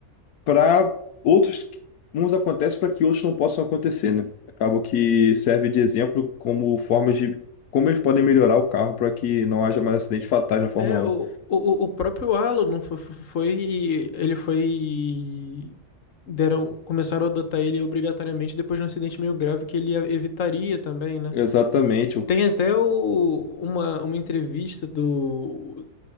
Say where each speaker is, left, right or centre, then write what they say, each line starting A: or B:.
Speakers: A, on the left (about 85°); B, on the left (about 60°).
A: para outros, uns acontecem para que outros não possam acontecer, né? Acaba que serve de exemplo como formas de como eles podem melhorar o carro para que não haja mais acidente fatais na Fórmula
B: É, o,
A: um
B: o, o próprio Alan não foi, foi- Ele foi. Deram, começaram a adotar ele obrigatoriamente depois de um acidente meio grave que ele evitaria também, né?
A: Exatamente, o
B: Tem até o- uma, uma entrevista do.